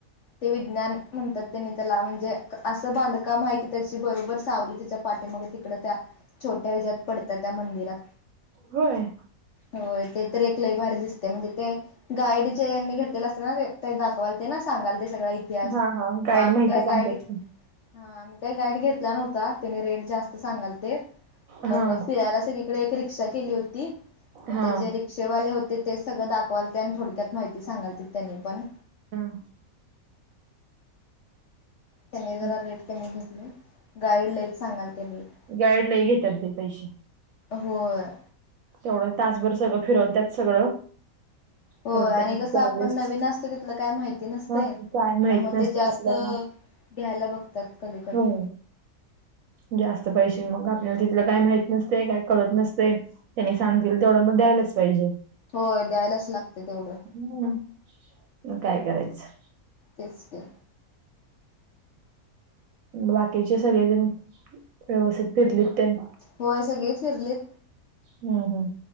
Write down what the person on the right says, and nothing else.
होय.
हां, हां. गाईड
माहिती
सांगतात
की.
हां,
हां.
हम्म,
हम्म
गाईड लय घेतात ते पैसे
तेवढं तासभर सगळं फिरवतात सगळं
कारण
त्यांचे
चार्जेस
हा
काय माहित नसते
आपल्याला
हो जास्त पैसे मग आपल्याला तिथलं काय माहित नसतंय काय कळतं नसतंय. त्यांनी सांगतील तेवढं मग द्यायलाच पाहिजे.
हम्म, मग काय करायचं?
बाकीचे सगळे जण व्यवस्थित फिरलीत त्यांन
हम्म हम्म,